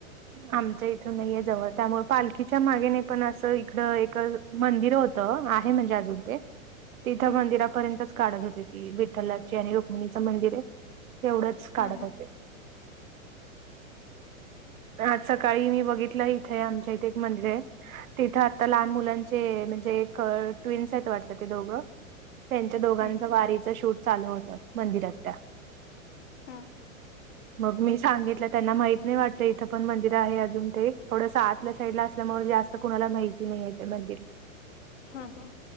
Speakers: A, on the right; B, on the left.
A: आमच इथून नाहीये जवळ त्यामुळ पालखीच्या मागेने पण असं इकड एक मंदिर होत आहे म्हणजे अजून तेे तिथं
B: हम्म
A: मंदिरापर्यंत काढत होते ती विठ्ठलाची आणि रुक्मिणीचं मंदिर आहे तेवढंच काढत
B: हा हा
A: होते. आज सकाळी मी बघितलं इथे आमच्या इथे एक मंदिर आहे. तिथं आता लहान मुलांचे म्हणजे एक ट्वीन्स आहेत वाटत ती दोघं. त्यांच दोघांच
B: हम्म
A: वारीचं शूट चालू होतं मंदिरात त्या.
B: हम्म.
A: मग मी सांगितलं त्यांना माहित नाही वाट त इथं पण मंदिर आहे अजून ते थोडस आतल्या साईडला असल्यामुळे जास्त कुणाला माहिती नाही आहे ते मंदिर. <inaudible>
B: हा हा.